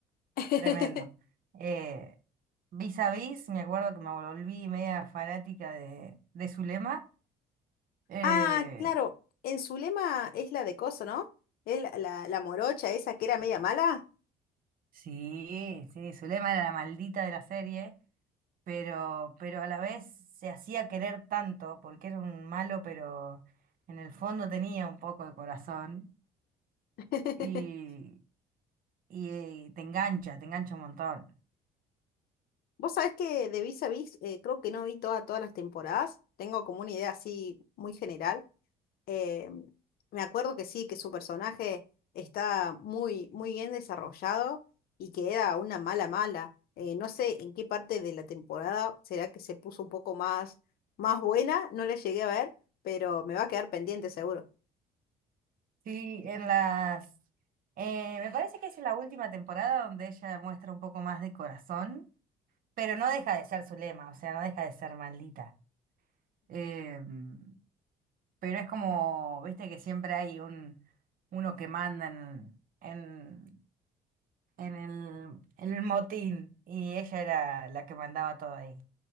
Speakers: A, on the left (about 65°); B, on the right (about 55°).
A: <laughs>
B: tremendo. Eh, Vis a Vis, me acuerdo que me volví media fanática de, de Zulema. Eh,
A: Ah, claro, en Zulema es la de coso, ¿no? Es la, la, la morocha esa que era media mala.
B: Sí, sí, Zulema era la maldita de la serie, pero, pero a la vez se hacía querer tanto, porque era un malo, pero en el fondo tenía un poco de corazón
A: <laughs>
B: y, y, eh, te engancha, te engancha un montón.
A: Vos sabés que de Vis a Vis eh, creo que no vi toda- todas las temporadas, tengo como una idea así muy general. Eh, me acuerdo que sí, que su personaje está muy, muy bien desarrollado y que era una mala mala. Eh, no sé en qué parte de la temporada será que se puso un poco más, más buena, no la llegué a ver, pero me va a quedar pendiente seguro.
B: Sí, en las... eh, me parece que es en la última temporada donde ella muestra un poco más de corazón, pero no deja de ser Zulema, o sea, no deja de ser maldita. Em, pero es como, viste que siempre hay un, uno que manda en, en, en el, en el motín y ella era la que mandaba todo ahí.